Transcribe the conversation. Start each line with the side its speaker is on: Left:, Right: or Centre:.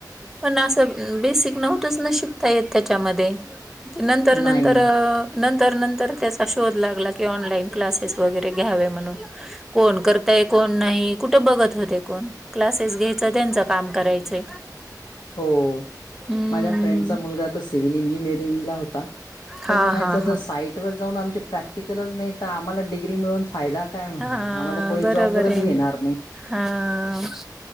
Centre: पण असं बेसिक नव्हतच ना शिक. ता येत त्याच्यामध्ये ते नंतर
Left: नाही
Centre: नंतर. नंतर नंतर त्याचा शोध लागला की ऑनलाईन क्लासेस वगैरे घ्यावे म्हणून. कोण करताय कोण नाही कुठं बघत होते कोण. क्लासेस घ्यायचं त्यांचं काम करायचंय.
Left: हो
Centre: हम्म
Left: माझ्या फ्रेंडचा मुलगा तर सिव्हल इंजिनिअरिंगला होता. तो
Centre: हा
Left: म्हणायचा
Centre: हा
Left: जर
Centre: हा.
Left: साईट वर जाऊन आमचे प्रॅक्टिकलच नाही तर आम्हाला डग्री मिळून फायदा. काय म्हणे
Centre: हा
Left: आम्हाला कोणी
Centre: बरोबर
Left: जॉबवरच
Centre: आहे
Left: घेणार
Centre: ना
Left: नाही
Centre: हा.